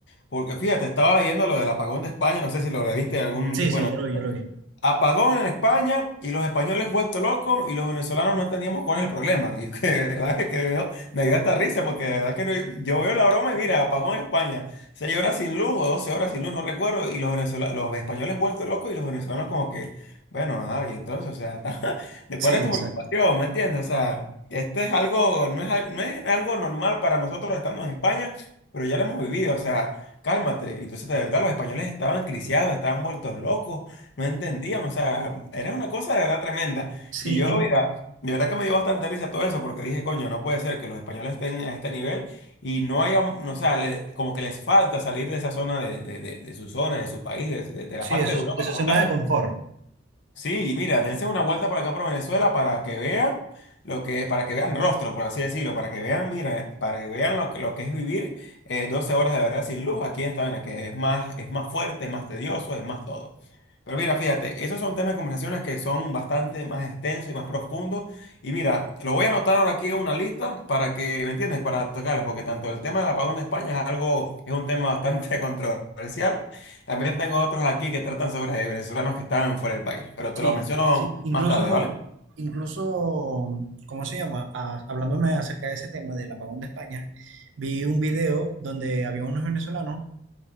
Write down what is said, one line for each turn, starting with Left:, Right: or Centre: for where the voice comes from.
Left: porque fíjate, estaba leyendo lo del apagón de España, no sé si lo leíste en algún
Right: Sí,
Left: tipo
Right: sí,
Left: de noticia.
Right: yo lo vi, yo lo vi.
Left: Apagón en España y los españoles vuelto locos y los venezolanos no entendíamos cuál es el problema. <laughs> Y que, de verdad que me dio, me dio hasta risa porque de verdad que no- yo veo la broma y mira, apagón en España, 6 horas sin luz o 12 horas sin luz, no recuerdo, y los venezolanos, los españoles vuelto locos y los venezolanos como que, bueno, ajá, y entonces, o sea, <laughs> ¿de
Right: Sí,
Left: cuál es tu
Right: exacto.
Left: preocupación? ¿Me entiendes? O sea, este es algo, no es, al- no es algo normal para nosotros estando en España, pero ya lo hemos vivido, o sea, cálmate. Y Entonces, de verdad, los españoles estaban criciados, estaban vueltos locos no entendían, o sea, era una cosa de verdad tremenda.
Right: Sí,
Left: Y yo,
Right: y-
Left: mira, de verdad que me dio bastante risa todo eso, porque dije, coño, no puede ser que los españoles estén a este nivel y no haya, no, o sea, le- como que les falta salir de esa zona, de, de- de- de su zona, de su país, de, de- de la
Right: sí,
Left: parte
Right: eso,
Left: de
Right: es-
Left: Europa
Right: de su
Left: como
Right: zona
Left: tal,
Right: de confort.
Left: Sí, y mira, dense una vuelta por acá por Venezuela para que vean lo que, para que vean rostro, por así decirlo, para que vean, mira, para que vean lo, que- lo que es vivir eh, 12 horas de verdad sin luz aquí en esta vaina, que es más, es más fuerte, es más tedioso, es más todo. Pero mira, fíjate, esos son temas de conversaciones que son bastante más extensos y más profundos. Y mira, lo voy a anotar ahora aquí en una lista para que, ¿me entiendes? Para tocarlos, porque tanto el tema del apagón de España es algo, es un tema bastante <laughs> controversial. También tengo otros aquí que tratan sobre venezolanos que están fuera del país, pero
Right: Sí,
Left: te los menciono
Right: sí, incluso,
Left: más tarde, ¿vale?
Right: incluso, ¿cómo se llama? Ah, hablándome acerca de ese tema del apagón de España, vi un video donde había unos venezolanos,